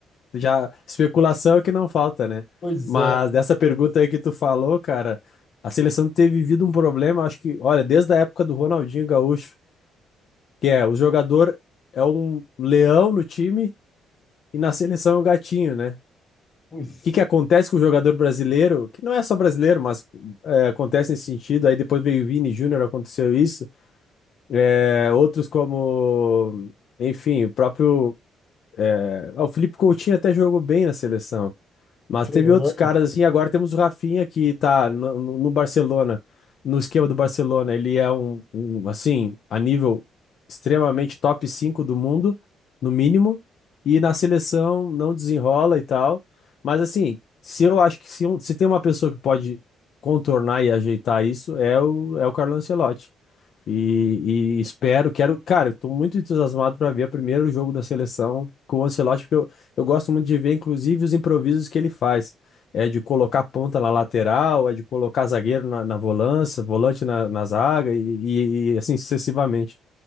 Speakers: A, on the left (about 65°); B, on the left (about 40°).
A: Já especulação é que não falta, né?
B: Pois
A: Mas
B: é,
A: dessa pergunta aí que tu falou, cara, a seleção tem vivido um problema, acho que, olha, desde a época do Ronaldinho Gaúcho, que é o jogador é um leão no time e na seleção é um gatinho, né?
B: pois
A: O que que
B: é.
A: acontece com o jogador brasileiro, que não é só brasileiro, mas é, acontece nesse sentido, aí depois veio o Vini Júnior, aconteceu isso, é, outros como, enfim, o próprio, é, ah, o Felipe Coutinho até jogou bem na seleção, Mas
B: Foi.
A: teve outros caras assim. Agora temos o Rafinha que tá no, no- no Barcelona, no esquema do Barcelona. Ele é um, um, assim, a nível extremamente top 5 do mundo, no mínimo. E na seleção não desenrola e tal. Mas assim, se eu acho que se, um- se tem uma pessoa que pode contornar e ajeitar isso, é o, é o Carlo Ancelotti. E, e espero, quero, cara, eu tô muito entusiasmado para ver primeiro o jogo da seleção com o Ancelotti, porque eu, eu gosto muito de ver, inclusive, os improvisos que ele faz. É de colocar ponta na lateral, é de colocar zagueiro na, na volância, volante na, na zaga e, e- e assim sucessivamente.